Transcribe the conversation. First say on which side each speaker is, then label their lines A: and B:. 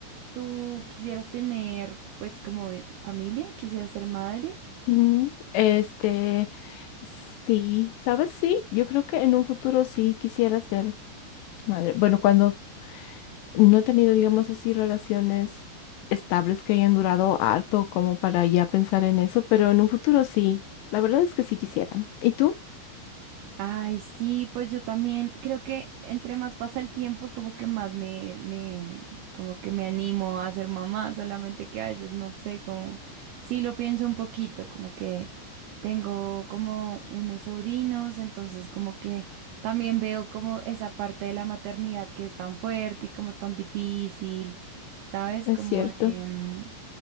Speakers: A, on the right (about 85°); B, on the left (about 80°).
A: ¿tú quisieras tener pues como familia? ¿Quisieras ser madre?
B: ujú. Este, sí, ¿sabes? Sí, yo creo que en un futuro sí quisiera ser madre. Bueno, cuando no he tenido, digamos así, relaciones estables que hayan durado harto como para ya pensar en eso, pero en un futuro sí. La verdad es que sí quisiera. ¿Y tú?
A: Ay, sí, pues yo también creo que entre más pasa el tiempo, como que más me, me, como que me animo a ser mamá, solamente que a veces no sé, como, sí lo pienso un poquito, como que tengo como unos sobrinos, entonces como que también veo como esa parte de la maternidad que es tan fuerte y como tan difícil, ¿sabes?
B: Es
A: Como
B: cierto.
A: de, mm,